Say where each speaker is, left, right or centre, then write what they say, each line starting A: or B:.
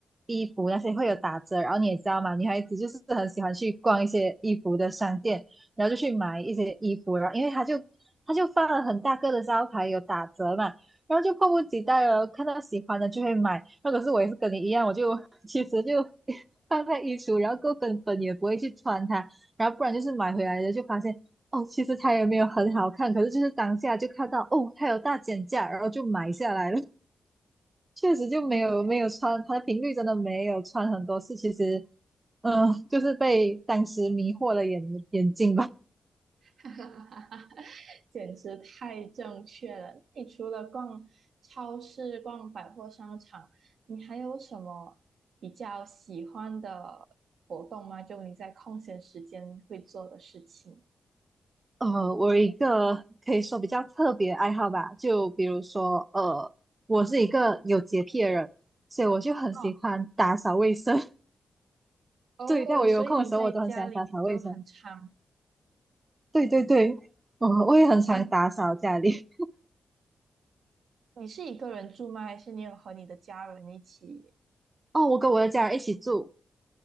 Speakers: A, on the right; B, on the right.
A: 衣服那些会有打折，然后你也知道嘛，女孩子就是很喜欢去逛一些衣服的商店，然后就去买一些衣服，然后因为它就它就放了很大个的招牌有打折嘛，然后就迫不及待了，看到喜欢的就会买。那可是我也是跟你一样，我就其实就 <laughs> 放在衣橱，然后够根本也不会去穿它，然后不然就是买回来的就发现哦，其实它也没有很好看，可是就是当下就看到哦，它有大减价，然后就买下来了。<laughs> 确实就没有没有穿，
B: 对，
A: 它的频率真的没有穿很多次，其实嗯、呃就是被当时迷惑了眼眼睛吧。
B: <laughs> 简直太正确了。你除了逛超市、逛百货商场，你还有什么比较喜欢的活动吗？就你在空闲时间会做的事情。
A: 呃，我有一个可以说比较特别的爱好吧，就比如说，呃，我是一个有洁癖的人，所以我就很喜欢打扫卫生。
B: 哦，哦，
A: 对，在我有空的时候，
B: 所以你在家里就很常
A: 我都很喜欢打扫卫生。对对对，我我也很常打扫家里。
B: 啊。你是一个人住吗？还是你有和你的家人一起？
A: <laughs> 哦，我跟我的家人一起住，